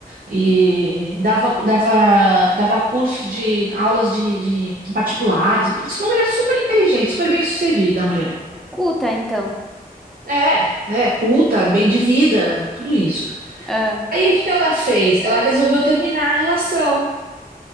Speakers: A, on the right (about 65°); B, in the centre.
A: e dava, dava, dava cursos de aulas de, de particulares. Disse que é uma mulher super inteligente, super bem-sucedida, a mulher.
B: Culta, então.
A: É, é, culta, bem de vida, tudo isso.
B: Ah.
A: Aí o que que ela fez? Ela resolveu terminar a relação.